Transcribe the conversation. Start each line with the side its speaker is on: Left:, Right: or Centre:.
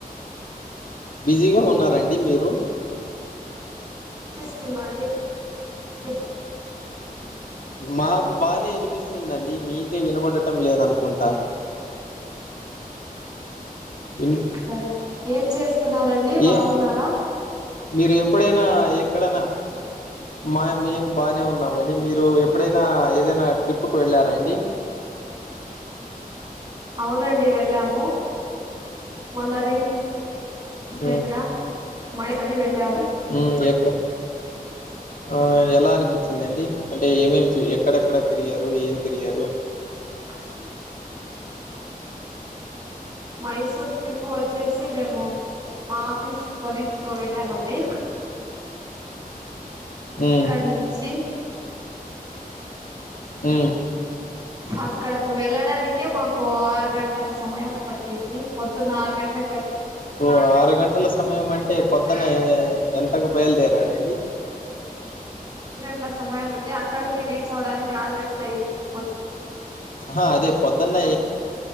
Left: బిజీగా ఉన్నారా అండి మీరు?
Right: స్తుందా అండి, <inaudible>
Left: మాకు బానే ఇనిపిస్తుందండి, మీకే వినబడటం లేదనుకుంటా విన్
Right: సరే ఏం చేస్తున్నారండి, బాగున్నారా?
Left: ఏ మీరు ఎప్పుడైనా ఎక్కడన్నా, మా మేము బానే ఉన్నామండి మీరు ఎప్పుడైనా ఏదైనా ట్రిప్కి వెళ్ళారా అండి?
Right: అవునండి వెళ్ళాము మొన్న రీస్ సెంట్గా
Left: ఉమ్
Right: మై కనీ వెళ్ళాము.
Left: ఉమ్ ఎక్కడ్ ఆ ఎలా అనిపిచ్చిదండి? అంటే ఏమేం చి ఎక్కడెక్కడ తిరిగారు, ఏం తిరిగారు?
Right: అష్ట మైసూర్ ట్రిప్ వచ్చేసి మేము మా ఆఫీస్ కొలీగ్స్ తో వెళ్ళామండి ఇక్కడ
Left: ఉమ్
Right: నుంచి
Left: ఉమ్
Right: అక్కడకి వెళ్ళడానికే మాకు ఆరు గంటల సమయం పట్టింది పొద్దున్న ఆరు గంటల
Left: ఓ ఆరు గంటల సమయం మంట టే పొద్దున ఎంతకు బయలుదేరారండి
Right: ట్ల సమయం అంటే అక్కడిక రీచ్ అవ్వడానికి ఆరు గంటల అయ్యింది పొద్దు
Left: ఆ అదే పొద్దున్న